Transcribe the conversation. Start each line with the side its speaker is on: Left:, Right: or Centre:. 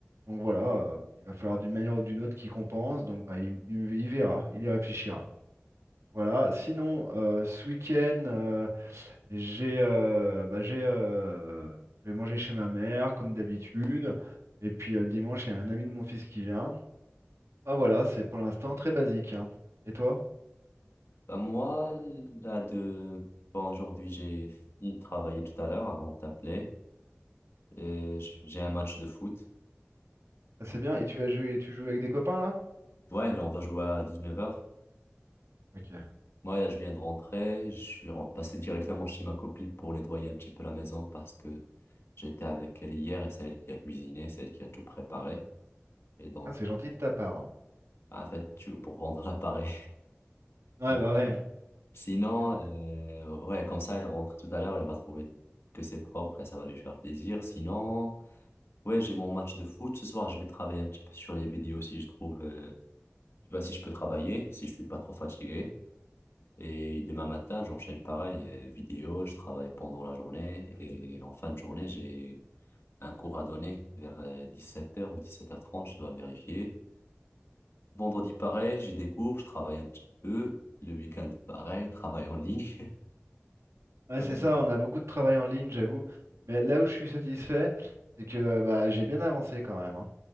Right: Donc voilà, euh, il va falloir d'une manière ou d'une autre qu'il compense. Donc bah, il, il- il verra, il y réfléchira. Voilà. Sinon, euh, ce week-end. euh, j'ai euh, bah, j'ai euh, je vais manger chez ma mère comme d'habitude. Et puis euh, le dimanche, il y a un ami de mon fils qui vient. Ah voilà, c'est pour l'instant très basique. hein. Et toi?
Left: Ben, moi, là de bon, aujourd'hui, j'ai fini de travailler tout à l'heure avant de t'appeler et j- j'ai un match de foot.
Right: Ah, c'est bien. Et tu as joué, tu joues avec des copains là?
Left: Ouais, là, on va jouer à dix-neuf heures.
Right: Ok.
Left: Moi, là, je viens de rentrer, je suis ren- passé directement chez ma copine pour nettoyer un petit peu la maison parce que j'étais avec elle hier et c'est elle qui a cuisiné, c'est elle qui a tout préparé. Et donc,
Right: Ah, c'est gentil de ta part. hein.
Left: Ah, En fait, tu, pour rendre l'appareil.
Right: Ouais,
Left: <laughs>
Right: bah ouais.
Left: Sinon,
Right: y en a-
Left: euh, ouais, comme ça, elle rentre tout à l'heure, elle va trouver que c'est propre et ça va lui faire plaisir. Sinon, ouais, j'ai mon match de foot ce soir. Je vais travailler un petit peu sur les vidéos si je trouve, euh, tu vois, si je peux travailler, si je suis pas trop fatigué. Et demain matin, j'enchaîne pareil, euh, vidéo, je travaille pendant la journée et en fin de journée, j'ai un cours à donner vers 17 heures ou 17h30, je dois vérifier. Vendredi, pareil, j'y découvre, je travaille un petit peu. Le week-end, pareil, travail en ligne.
Right: Ouais,
Left: <laughs>
Right: c'est ça, on a beaucoup de travail en ligne, j'avoue. Mais là où je suis satisfait, c'est que bah, j'ai bien avancé quand même. hein.